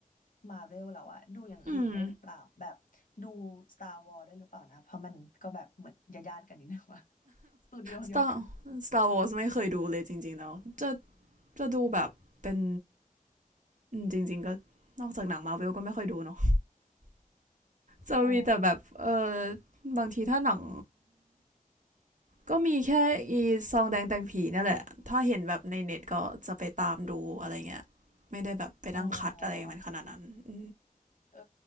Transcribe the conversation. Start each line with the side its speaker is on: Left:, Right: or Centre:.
Left: Marvel แล้วอะดูอย่างอื่นด้วยหรือเปล่าแบบดู
Right: อืม
Left: Star Wars ด้วยหรือเปล่านะเพราะมันก็แบบเหมือนญาติๆกันนิดนึง <laughs> ว่าสตูดิโอเดียวกัน
Right: Star Star Wars ไม่เคยดูเลยจริงๆแล้วจะจะดูแบบเป็นจริงๆก็นอกจากหนังมาิวก็ไม่ค่อยดูเนาะจะมีแต่แบบเออ
Left: อ๋อ
Right: บางทีถ้าหนังก็มีแค่อีซองแดงแตงผีนั่นแหละ ถ้าเห็นแบบในเน็ตก็จะไปตามดูอะไรเงี้ยไม่ได้แบบไปนั่งคัดอะไรมันขนาดนั้นอ
Left: อ๋อ เออ